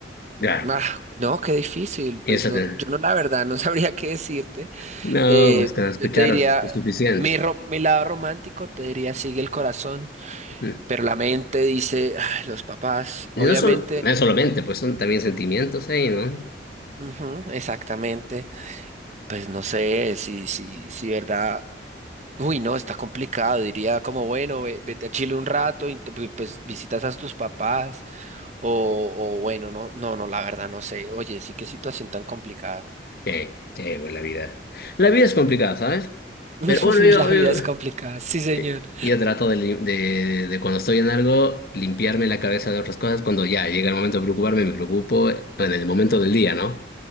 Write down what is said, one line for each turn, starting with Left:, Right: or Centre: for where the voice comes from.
Left: claro,
Right: Ah, no, qué difícil, pues
Left: eso
Right: no,
Left: te-
Right: yo no la verdad no <laughs> sabría qué decirte.
Left: no,
Right: Eh,
Left: pues con escuchar
Right: yo te diría,
Left: es suficiente.
Right: mi, ro- mi lado romántico te diría sigue el corazón,
Left: Ujú.
Right: pero la mente dice, "Ay, los papás,
Left: Y
Right: obviamente,
Left: No solo, no es solamente, pues son también sentimientos ahí, ¿no?
Right: ujú, exactamente, pues no sé, si, si, si verdad, uy, no, está complicado, diría como, bueno, ve- vete a Chile un rato, y te- pues visitas a tus papás, o, o bueno, no, no, no, la verdad, no sé, oye, sí, qué situación tan complicada.
Left: Sí, sí, pues la vida. La vida es complicada, ¿sabes?
Right: <laughs>
Left: Pero bueno, yo,
Right: La vida
Left: yo,
Right: es complicada, sí, señor.
Left: eh, yo trato de, lim- de, de cuando estoy en algo, limpiarme la cabeza de otras cosas. Cuando ya llega el momento de preocuparme, me preocupo en el momento del día, ¿no?